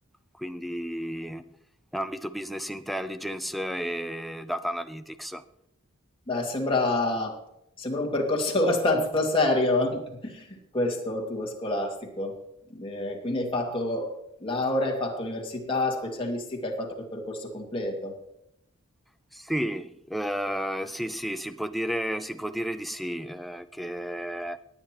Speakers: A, in the centre; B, on the left.
A: quindi in ambito business intelligence e data analytics.
B: Beh, sembra, sembra un percorso <laughs> abbastanza serio <laughs> questo tuo scolastico. Eh, quindi hai fatto laurea, hai fatto università, specialistica, hai fatto il percorso completo.
A: Sì, eh, sì, sì, si può dire, si può dire di sì, eh, che